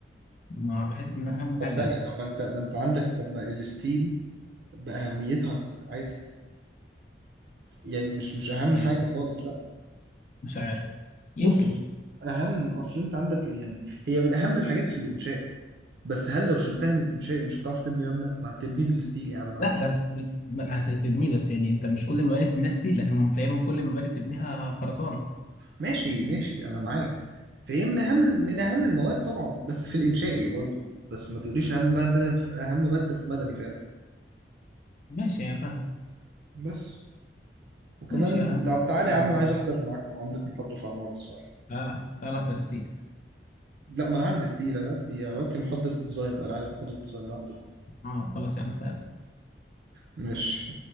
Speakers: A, on the left; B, on the right.
A: ما بحس ان اهم
B: طب
A: حاجه
B: ثانيه طب ما انت ما انت عندك طب ما الستيل باهميتها عادي يعني مش مش اهم
A: يعني
B: حاجه خالص لا
A: مش عارف يمكن
B: بص بص اهم اصل انت عندك يعني هي من اهم الحاجات في الانشائي بس هل لو شلتها من الانشائي مش هتعرف تبني مبنى ما هتبنيه بالستيل يا عم
A: لا
B: عادي
A: بس بس ما هتبنيه بس يعني انت مش كل المباني بتبنيها ستيل لكن تقريبا كل المباني بتبنيها خرسانه
B: ماشي ماشي انا معاك فهي من اهم من اهم المواد طبعا بس في الانشائي برضو بس ما تقوليش اهم ماده في اهم ماده في مدني فاهم
A: ماشي يعني فاهم
B: بس وكمان
A: ماشي يا عم
B: طب تعالى
A: يا
B: يا
A: عم.
B: عم انا عايز احضر معاك عندك محاضرة في عمارة الصراحة
A: تعالى تعالى احضر ستيل
B: لا ما انا عندي ستيلة هات لي هات لي محاضرة ديزاين بقى انا عايز محاضرة ديزاين من عندكم
A: اه خلاص يا عم تعالى
B: ماشي